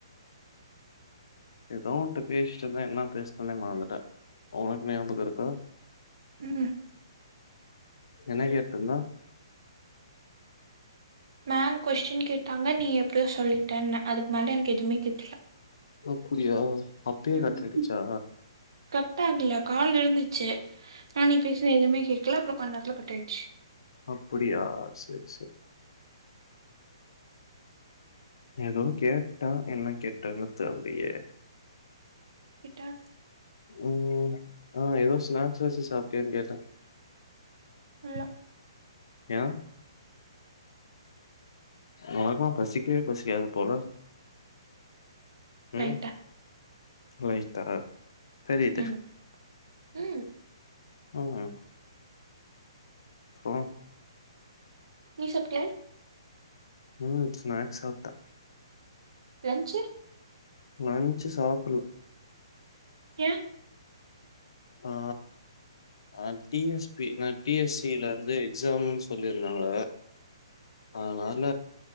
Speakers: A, on the left; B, on the right.
A: ஏதோன் ஒண்ட பேசிட்டுந்தே என்ன பேசனே மறந்துட்டே ஒனக்கு ஞாபக இருக்கா
B: ம்
A: என்னக்கேத்துந்த
B: மேம் கொஸ்டின் கேட்டாங்க நீ எப்டியோ சொல்லிட்டேனே அதுக்கு மேல எனக்கு எதுவுமே கேக்கல
A: அப்டியா அப்பயே
B: ம்
A: கட் ஆயிடுச்சா
B: கட் ஆகல கால் இருந்துச்சு ஆ நீ பேசுன எதுமே கேக்கல அப்ரோ கொஞ்ச நேத்துல கட் ஆயிட்ச்சு
A: அப்படியா சேர் சேர் ஏதோ கேட்ட என்ன கேட்டதுன்னு தெர்லையே
B: <unintelligible>
A: ம் ஆ ஏதோ ஸ்நாக்ஸ்சாச்சு சாப்டியான்னு கேட்ட
B: இல்ல
A: ஏ ஒணக்கலா பசிக்கவே பசிக்காது போல ம்
B: லைட்டா
A: லைட்டா தெரியுது
B: ம் ம்
A: ம் அப்ரோ
B: நீீ சாப்டயா
A: ம் ஸ்நாக்ஸ் சாப்ட
B: லஞ்ச்சு
A: லஞ்சு சாப்பல
B: ஏ
A: ஆ அ டி எஸ் பி நா டி எஸ் சி ல இரு து எக்ஸாம்னு சொல்லிருந்தாங்க அதனால